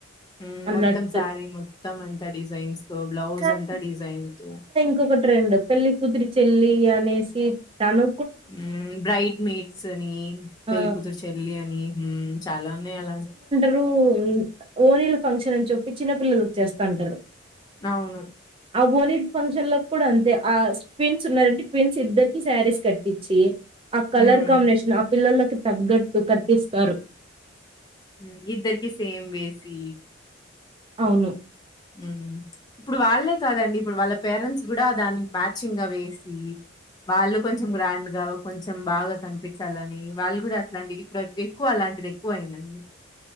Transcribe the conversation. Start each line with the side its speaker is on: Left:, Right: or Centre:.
Left: ఉ
Right: అన్నట్టు.
Left: మొత్తం సారి మొత్తం అంతా డిజైన్స్ తో బ్లౌస్
Right: కానీ
Left: అంతా డిజైన్ తో
Right: ఇప్పుడు ఒక ట్రెండ్ పెళ్లి కూతురి చెల్లి అనేసి తను
Left: ఉమ్ బ్రైడ్ మేట్సని పెళ్లికూతురు
Right: ఆ!
Left: చెల్లి అని ఉమ్ చాలా ఉన్నాయి అలా
Right: రు ఓనీల ఫంక్షన్ అని చెప్పి చిన్నపిల్లలకు చేస్తాంటారు
Left: అవును
Right: ఆ ఓని ఫంక్షన్ లకు కూడా అంతే ఆ ట్విన్స్ ఉన్నారంటే ట్విన్స్ ఇద్దరికి శారీస్ కట్టించి ఆ కలర్
Left: హ్మ్.
Right: కాంబినేషన్ ఆ పిల్లలకి తగ్గట్టు కట్టిస్తారు
Left: ఉ ఇద్దరికి సేమ్ వేసి
Right: అవును
Left: ఉమ్ ఇప్పుడు వాళ్ళే కాదండి ఇప్పుడు వాళ్ళ పేరెంట్స్ కూడా దానికి మ్యాచింగ్ గా వేసి వాళ్ళు కొంచెం గ్రాండ్ గా కొంచెం బాగా కనిపించాలని వాళ్ళు కూడా అట్లాంటి ఇప్పుడు ఎక్కువ అలాంటిది ఎక్కువ అయిందండి